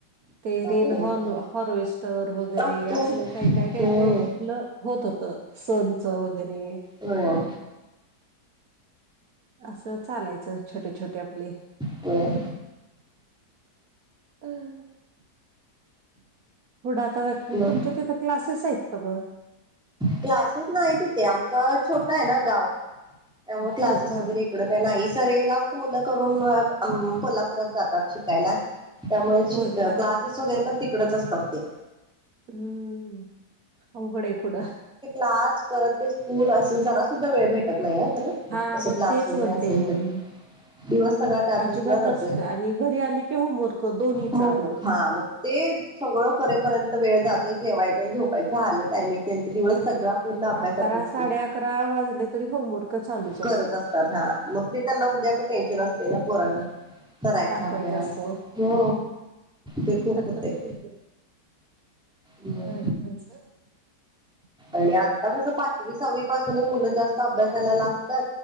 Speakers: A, on the right; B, in the centre.
A: ते
B: बाकी
A: रेन
B: मग
A: हॉर् हॉर्वेस्टर वगैरे
B: काय
A: असलं काही काय काय
B: हम्म
A: काय आपलं होत होत संच वगैरे
B: हो
A: असं चालायचं छोटे छोटे आपले
B: व
A: ह पुथढं आता
B: मग
A: तुमच्या तिथे क्लासेस आहेत का मग
B: क्लासेस नाही तिथे आमचा छोटा आहे ना गाव त्यामुळे क्लासेस
A: हो का
B: वगैरे इड काही नाही सर जास्त मुलं करून कोल्हापुरात जातात शिकायला त्यामुळे
A: होय
B: शिक क्लासेस
A: का
B: वगैरे पण तिकडच असतात ते
A: हम्म अवघड आहे पुढं.
B: आज परत ते स्कूल असं जरा सुद्धा वेळ भेटत नाही खरं
A: हा
B: तसं
A: मग
B: क्लास
A: तेच
B: वगैरे
A: म्हणते
B: असेल
A: मी
B: तर दिवस सगळा त्यातच
A: अजिबातच
B: ना जाते
A: नाही. आणि घरी आले की होमवर्क दोन्हीचा
B: हो
A: आणि
B: मूर् हा मग ते सगळं खरेपर्यंत वेळ जातोय जेवायच्या झोपायचं आलं टायमिंग त्यांचा दिवस सगळा पूर्ण अभ्यासात
A: अकरा
B: असते
A: साडे अकरा वाजले तरी होमवर्क चालूच असतो.
B: करत असतात हा मग ते त्यांना उद्याच टेन्शन असते ना पोरना करायचा
A: दाखवायचा
B: अभ्यास
A: असतो.
B: हो तघूपते
A: काय
B: ह
A: करायचं
B: आणि आता कसं पाचवी सहावी पासूनच मुलं जास्त अभ्यास यायला लागत.